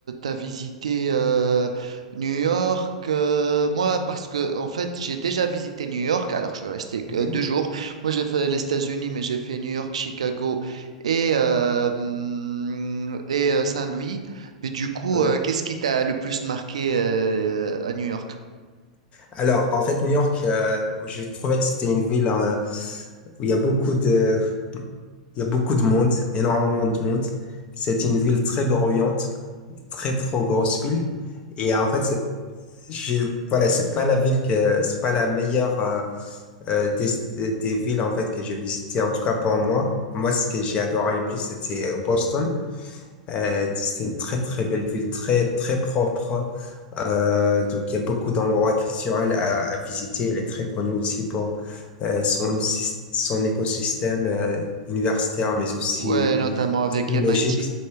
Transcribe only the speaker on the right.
as visité euh, New York. euh, moi, parce que, en fait, j'ai déjà visité New York. Alors, je suis resté que
euh, deux jours. Moi, j'ai fait les États-Unis, mais j'ai fait New York, Chicago et, euh, hum, et euh, Saint-Louis. Mais du coup,
euh, qu'est-ce qui t'a le plus marqué euh, à New York?
Ouais, notamment avec
MIT.